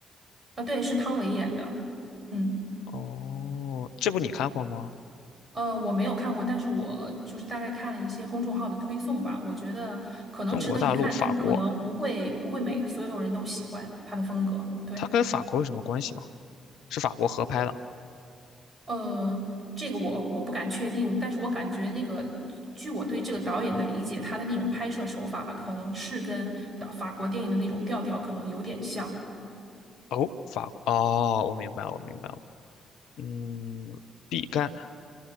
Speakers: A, on the right (about 30°); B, on the left (about 65°).
A: 啊，对，是汤唯演的。嗯，
B: 哦，这部你看过吗？
A: 呃，我没有看过，但是我就是大概看了一些公众号的推送吧，我觉得可能值得一看，
B: 中国大陆、法国，
A: 但是可能不会不会每所有人都喜欢他的风格。对，
B: 它跟法国有什么关系吗？是法国合拍的。
A: 呃，这个我我不敢确定，但是我感觉那个，据我对这个导演的理解，他的那种拍摄手法吧，可能是跟导法国电影的那种调调可能有点像。
B: 哦，法国哦，我明白了，我明白了。嗯，毕赣。